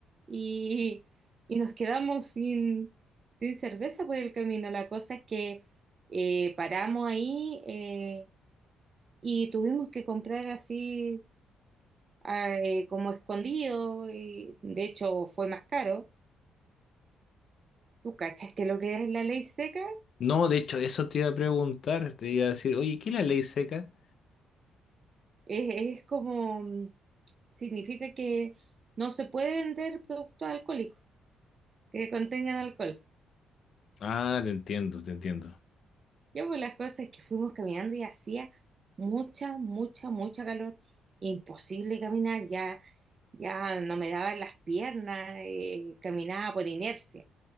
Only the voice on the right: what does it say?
y, <laughs> y nos quedamos sin, sin cerveza por el camino. La cosa es que eh, paramos ahí eh, y tuvimos que comprar así ah, eh, como escondido, y de hecho fue más caro. ¿Tú cachas que lo que es la ley seca?
Es, es como mm, significa que no se puede vender productos alcohólicos que contengan alcohol.
Ya pues las cosas es que fuimos caminando y hacía mucha, mucha, mucha calor. Imposible caminar, ya, ya no me daban las piernas, eh, caminaba por inercia.